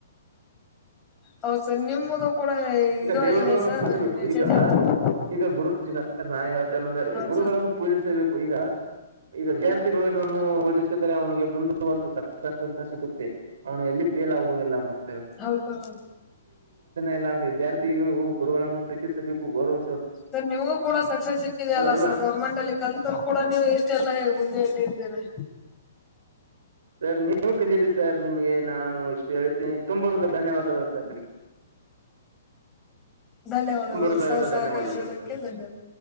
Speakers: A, on the left; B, on the right.
A: ಹೌದು ಸರ್ ನಿಮ್ಮದು ಕೂಡ
B: ಈಗ
A: ಇದು
B: ದೇವರುಗಳನ್ನು
A: ಆಗಿದೆ ಸರ್
B: ಪೂಜಸಬೇಕು
A: ಎಚ್
B: ಈಗ
A: ಎಲ್ ಡಿ. ಹೌದು ಸರ್
B: ಈಗ ಗುರು ಈಗ ಅತ್ತರ ನಾ ಹೇಳ್ತೇನೆಂದ್ರೆ
A: ಹೌದು
B: ಗುರುಗಳನ್ನು ಪೂಜಿಸಬೇಕು ಈಗ ಈಗ ವಿದ್ಯಾರ್ಥಿಗಳುನನ್ನು ಓದಿಸಿದರೆ ಅವನಿಗೆ ಮುಂದು ಒಂದು ಸಕ್ಸಸ್ ಅಂತಾ ಸಿಗುತ್ತೆ ಅವನು ಎಲ್ಲಿ ಪೇಲ್ ಆಗುವುದಿಲ್ಲ ಮತ್ತೆ
A: ಹೌದು ಹೌದ
B: ಇಲ್ಲಾ ಅಂದರ್ ವಿದ್ಯಾರ್ಥಿಗಳು ಗುರುಗಳನ್ನು ಪ್ರೀತಿಸಬೇಕು ಗೌರವ
A: ಸರ್ ನಿಮ್ಗೂ ಕೂಡ ಸಕ್ಸಸ್ ಸಿಕ್ಕಿದೆಯಲ್ಲ
B: ಹೌದಲ್ವಾ
A: ಸರ್ ಗೌರ್ಮೆಂಟ್ ಅಲ್ಲಿ ಕಲ್ತರು ಕೂಡ ನೀವು ಇಷ್ಟೆಲ್ಲ ಹುದ್ದೆಯಲ್ಲಿ ಇದ್ದೀರಾ
B: ಸರ್ ನೀವು ಕಲಿರಿ ಸರ್ ನಿಮಗೆ ನಾನು ಇಷ್ಟು ಹೇಳೇತೀನಿ ತುಂಬು ಹೃದಯದ ಧನ್ಯವಾದಗಳು ಸರ್ ನಿಮ್ಗೆ <inaudible>
A: ಧನ್ಯವಾದಗಳು
B: ತುಂಬಾ ಹೃದಯದ
A: ಸರ್ ಸಹಕರಿಸುವುದಕ್ಕೆ
B: ಧನ್ಯವಾದಗಳು ಸರ್
A: ಧನ್ಯವಾದ